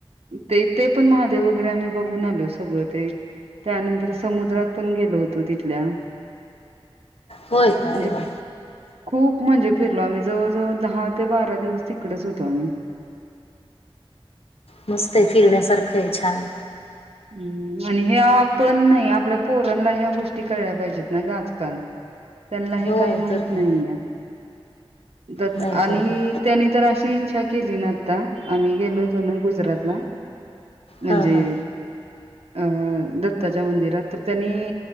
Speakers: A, on the right; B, on the left.
A: ते ते पण महादेव वगैरे आम्ही, बघून आलोय सगळं ते त्यानंतर समुद्रात पण गेलो होतो, तिथल्या
B: होय का
A: म्हणजे
B: अरे वा
A: <unintelligible> खूप म्हणजे फिरलो आम्ही, जवळजवळ दहा ते बारा दिवस तिकडेच होतो, आम्ही.
B: मस्त आहे फिरण्यासारखं आहे. छान!
A: हम्म आणि हे आपण नाही आपल्या पोरांला ह्या गोष्टी कळल्या, पाहिजेत ना गं आजकाल त्यांना
B: हो
A: हे काही माहित
B: तर
A: नाही
B: काय
A: या दत
B: नाहीतर
A: आणि
B: काय
A: त्यानी तर अशी इच्छा केली, ना आता आणि गेलो होतो, ना गुजरातला म्हणजे
B: हा हा
A: अ दत्ताच्या मंदिरात तर त्यांनी